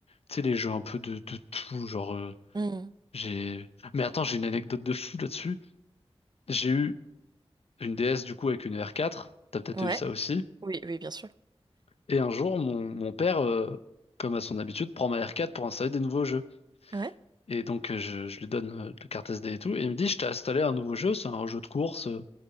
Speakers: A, on the left; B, on the right.
A: tu sais, les jeux un peu de, de tout, genre. euh,
B: mm.
A: J'ai... Mais attends, j'ai une anecdote de fou là-dessus. J'ai eu une DS du coup avec une R4, t'as peut-être
B: Ouais,
A: eu ça aussi.
B: oui, oui, bien sûr.
A: Et un jour, mon, mon père, euh, comme à son habitude, prend ma R4 pour installer des nouveaux jeux.
B: Ouais,
A: Et donc euh, je, je lui donne euh, la carte SD et tout, et il me dit, je t'ai installé un nouveau jeu, c'est un jeu de course, euh,